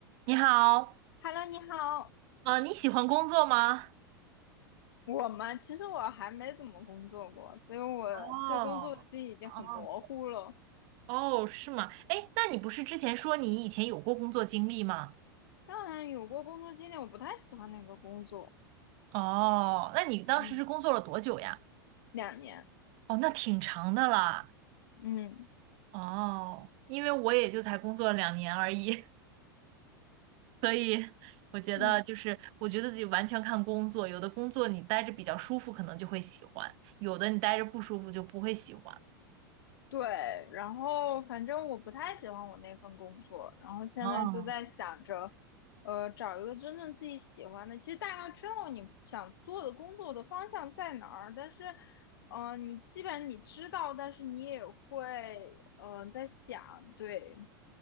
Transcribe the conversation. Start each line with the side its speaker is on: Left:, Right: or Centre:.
Right: 你好，
Left: Hello，你好。
Right: 啊，你喜欢工作吗？
Left: 我嘛，其实我还没怎么工作过，所以我对工作的记忆已经很模糊了。
Right: 哦哦哦，是吗？哎，那你不是之前说你以前有过工作经历吗？
Left: 当然有过工作经历，我不太喜欢那个工作，
Right: 哦，那你当时是工作了多久呀？
Left: 嗯，两年，
Right: 哦，那挺长的啦。
Left: 嗯
Right: 哦，因为我也就才工作了两年而已，<laughs> 所以我觉得就是，
Left: 嗯
Right: 我觉得得完全看工作，有的工作你待着比较舒服，可能就会喜欢；有的你待着不舒服就不会喜欢。
Left: 对，然后反正我不太喜欢我那份工作，然后现在就在想着，
Right: 哦，
Left: 呃，找一个真正自己喜欢的。其实大概知道你想做的工作的方向在哪儿，但是，嗯、你基本你知道，但是你也会，嗯、在想，对，